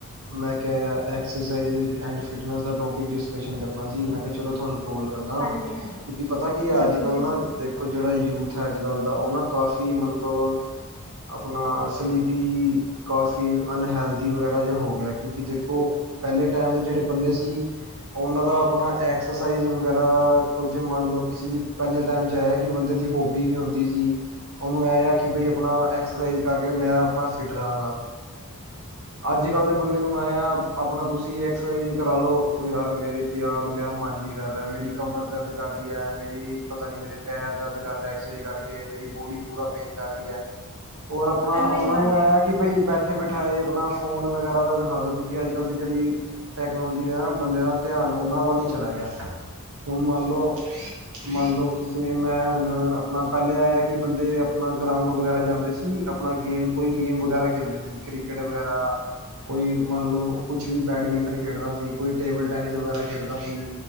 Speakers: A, on the right (about 65°); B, on the left (about 70°).
A: ਮੈਂ ਕਿਹਾ ਐਕਸਰਸਾਈਜ਼ ਐਂਡ ਫਿਟਨਸ ਦਾ ਟੋਪਿਕ ਡਿਸਕਸ਼ਨ ਕਰਨਾ ਸੀ ਮੈਂ ਕਿਹਾ ਚਲੋ ਤੁਹਾਨੂੰ ਕਾਲ ਕਰਦਾ,
B: ਹਾਂਜੀ
A: ਕਿਉਂਕਿ ਪਤਾ ਕੀ ਹੈ,
B: ਜ਼ਰੂਰ
A: ਅੱਜ ਕੱਲ
B: ਜੀ ਜ਼ਰੂਰ,
A: ਨਾ ਦੇਖੋ ਜਿਹੜਾ ਜਿਹੜਾ ਯੂਥ ਹੈ, ਅੱਜ ਕੱਲ੍ਹ ਦਾ, ਉਹ ਨਾ ਕਾਫੀ ਮਤਲਬ ਆਪਣਾ ਸਲੀਪੀ ਕਾਫੀ ਅਨਹੈਲਦੀ ਵਗੈਰਾ ਜਿਹਾ ਹੋ ਗਿਆ, ਕਿਉਂਕਿ ਜੇ ਖੋ ਪਹਿਲੇ ਟਾਈਮ ਦੇ ਜਿਹੜੇ ਬੰਦੇ ਸੀ ਉਹਨਾਂ ਦਾ ਆਪਣਾ ਐਕਸਰਸਾਈਜ਼ ਵਗੈਰਾ ਕੁਝ ਮੰਨ ਲਓ, ਕਿਸੇ ਦੀ ਪਹਿਲੇ ਟਾਈਮ ਚ ਐ ਕਿ ਬੰਦੇ ਦੀ ਹੋਬੀ ਵੀ ਹੁੰਦੀ ਸੀ, ਉਹਨੂੰ ਇਹ ਆ ਕਿ ਬਈ ਆਪਣਾ ਐਕਸਰਸਾਈਜ਼ ਕਰਕੇ ਮੈਂ ਆਪਣਾ ਫਿਟ ਰਹਾਂਗਾ ਅੱਜ ਕੱਲ੍ਹ ਦੇ ਬੰਦੇ ਨੂੰ ਏ ਆ, ਆਪਣਾ ਤੁਸੀਂ ਇੱਕ ਸਹੀ । ਕਰਾਾਲੋ ਉਹ ਯਾਰ ਮੇਰੇ ਤੇ, ਯਾਰ ਮੇਰਾ ਮਨ ਨਹੀਂ ਕਰ ਰਿਹਾ, ਮੇਰੀ ਕਮਰ ਦਰਦ ਕਰ ਯਾਰ ਮੇਰੀ ਪਤਾ ਨੀ, ਮੇਰੇ ਪੈਰ ਦਰਦ ਕਰ ਰਿਹਾ, ਐਕਸਰਸਾਈਜ਼ ਕਰਕੇ ਮੇਰੀ ਬੋਡੀ ਪੂਰਾ ਪੇਨ- ਕਰ ਰਹੀ ਹੈ। ਹੋਰ ਆਪਣਾ,
B: ਪਹਿਲਾਂ
A: ਉਹਨਾਂ
B: ਹੀ ਬਣੇ।
A: ਨੂੰ ਇਹ ਆ ਕਿ ਬਈ ਬੈਠੇ ਬੈਠੇ ਬਿਠਾਏ, ਆਪਣਾ ਫੋਨ ਵਗੈਰਾ ਦਾ ਖਾ ਦੋ ਕਿਉੰਕਿ, ਅੱਜਕਲ ਦੀ ਜਿਹੜੀ ਟੈਕਨੋਲੋਜੀ ਦਾ ਬੰਦੇ ਦਾ ਧਿਆਨ ਉਹਨਾਂ ਵੱਲ ਹੀ ਚਲਾ ਗਿਆ ਹੁਣ ਮੰਨ ਲਓ ਮੰਨ ਲਓ ਕਿਸੇ ਨੇ, ਨਾਲ ਆਪਣਾ ਪਹਿਲੇ ਏ ਕਿ ਬੰਦੇ ਆਪਣਾ, ਗਰਾਊਂਡ ਵਗੈਰਾ ਜਾਂਦੇ ਸੀ। ਆਪਣਾ ਗੇਮ, ਕੋਈ ਗੇਮ ਵਗੈਰਾ ਖੇਲਦੇ ਸੀ ਕ੍ਰਿਕਟ ਵਗੈਰਾ, ਕੋਈ ਮੰਨ ਲਓ ਕੁਛ ਵੀ ਬੈਡਮਿੰਟਨ ਖੇਡਦਾ ਸੀ, ਕੋਈ ਟੇਬਲ ਟੈਨਿਸ ਵਗੈਰਾ ਖੇਡਦਾ ਸੀ।